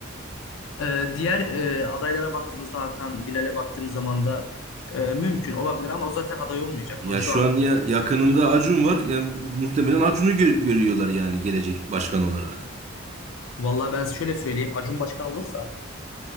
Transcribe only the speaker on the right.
Ya
şu
an ya
yakınında
Acun var. Yani muhtemelen Acun'u gö- görüyorlar yani gelecek başkan olarak.